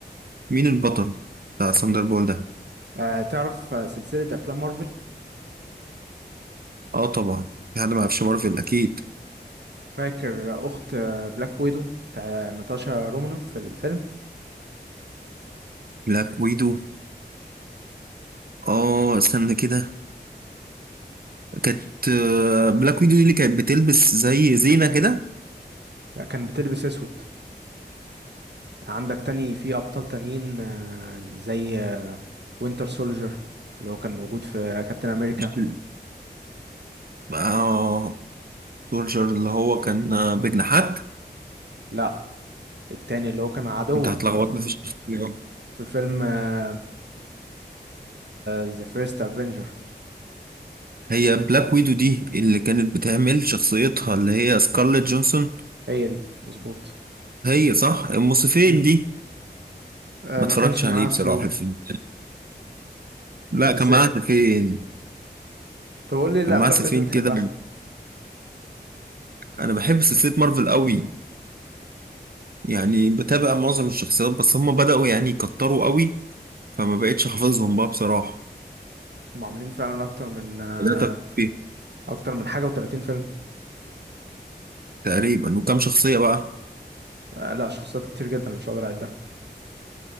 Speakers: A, on the right; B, on the right.
A: مين البطل بتاع ساندر بول ده
B: آه تعرف آه، سلسلة افلام مارفل
A: اه طبعا في حد ما يعرفش مارفل اكيد
B: فاكر آه، اخت آه، بلاك ويدو بتاع ناتاشا رومانوف في الفيلم
A: بلاك ويدو اه استنى كده كانت آه، بلاك ويدو دي اللي كانت بتلبس زي زينة كده
B: لا، كان بتلبس اسود عندك تاني في ابطال تانيين آه، زي وينتر سولجر اللي هو كان موجود في كابتن امريكا
A: مش ال- اه سولجر اللي هو كان آه، بجناحات
B: لا التاني اللي هو كان عدو
A: انت هتلخبطني
B: في آه،
A: في الشخصيات
B: في فيلم آه، ذا فيرست افنجر
A: هي بلاك ويدو دي اللي كانت بتعمل شخصيتها اللي هي سكارليت جونسون
B: هي دي مظبوط
A: هي صح الموسيقين
B: مم.
A: دي
B: آه
A: ما
B: ما
A: اتفرجتش
B: كانش
A: عليه
B: معاها
A: بصراحة
B: سيوف
A: الفيلم لا
B: بس
A: كان معاها فين
B: طب قول لي إيه الافلام
A: كان معاه سفين
B: اللي انت بتحبها
A: كده انا بحب سلسله مارفل قوي يعني بتابع معظم الشخصيات بس هم بداوا يعني يكتروا قوي فما بقتش حافظهم بقى بصراحه
B: هم عاملين فعلا اكتر من آه
A: بدات أفهم فيه
B: اكتر من حاجه و30 فيلم
A: تقريبا وكم شخصيه بقى
B: آه لا شخصيات كتير جدا أنا مش هقدر اعدها